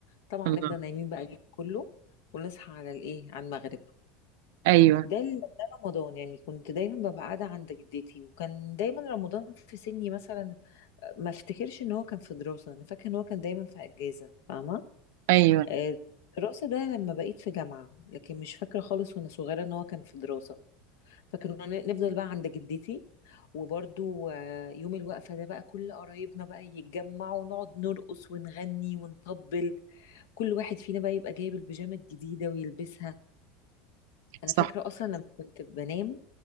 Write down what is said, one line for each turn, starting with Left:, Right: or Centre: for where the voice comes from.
Left: طبعا
Right: الله
Left: نفضل نايمين بقى اليوم كله ونصحى على الايه على المغرب
Right: ايوه
Left: ده ال- ده رمضان يعني كنت دايما ببقى قاعدة عند جدتي وكان دايما رمضان في سني مثلا ما افتكرش ان هو كان في دراسة انا فاكرة ان هو كان دايما في اجازة فاهمة
Right: ايوه
Left: آه، الدراسة ده لما بقيت في جامعة لكن مش فاكرة خالص وانا صغيرة ان هو كان في دراسة فكنا ن- نفضل بقى عند جدتي وبرضو آه، يوم الوقفة ده بقى كل قرايبنا بقى يتجمعوا ونقعد نرقص ونغني ونطبل كل واحد فينا بقى يبقى جايب البيجامة الجديدة ويلبسها أنا
Right: صح
Left: فاكرة أصلا لما كنت بنام